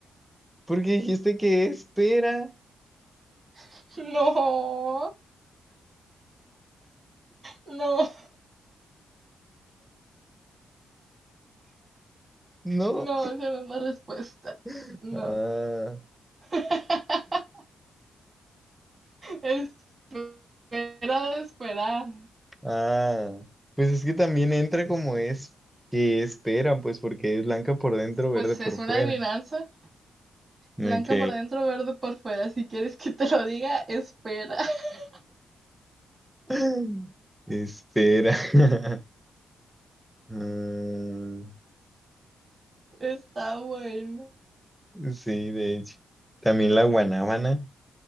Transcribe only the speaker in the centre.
Porque dijiste que espera,
¿no?
<laughs>
Ah.
Ah, pues es que también entra como es que espera, pues porque es blanca por dentro, verde
por
fuera.
Ok.
<laughs> Espera. <laughs> Mm,
sí, de hecho. También la guanábana.